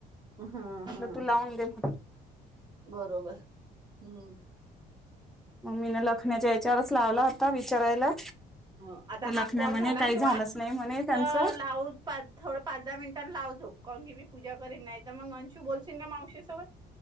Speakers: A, on the right; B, in the centre.
A: हा
B: म्हटल
A: हा
B: तू लावून दे म्ह
A: बरोबर हम्म
B: म मी न लखण्याच्या याच्यावरच लावला होता विचारायला
A: हो आता
B: तर लखण्या
A: हा कॉल
B: म्हणे
A: झाला
B: काही
A: ना
B: झालंच
A: तु
B: नाही म्हणे त्यांचं
A: तर लाव थोडं पाच दहा मिनिटां लाव झो काून की मी पूजा करीन नाही तर मग अंशू बोलशील का मावशी सोबत